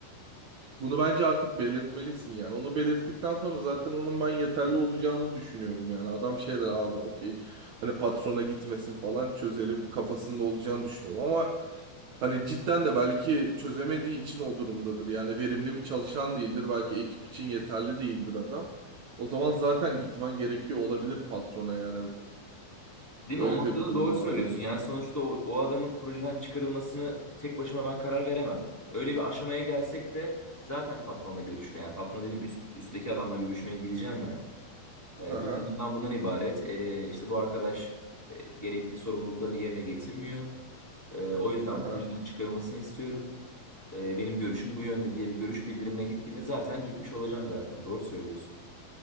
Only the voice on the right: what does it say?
Bunu bence artık belirtmelisin yani. Onu belirttikten sonra zaten onun ben yeterli olacağını düşünüyorum yani. Adam şey der abi okey hani patrona gitmesin falan çözelim kafasında olacağını düşünüyorum. Ama hani cidden de belki çözemediği için o durumdadır. Yani verimli bir çalışan değildir. Belki ekip için yeterli değildir adam. O zaman zaten gitmen gerekiyor olabilir patrona yani.
Öyle
de bir durum
var bence.
Aha,
aha.